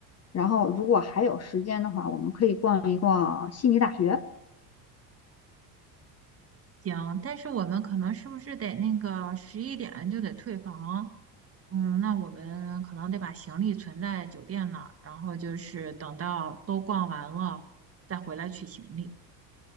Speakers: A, on the left (about 30°); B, on the right (about 30°).
A: 然后如果还有时间的话，我们可以逛一逛悉尼大学。
B: 行，但是我们可能是不是得那个十一点就得退房？嗯，那我们可能得把行李存在酒店那儿，然后就是等到都逛完了再回来取行李。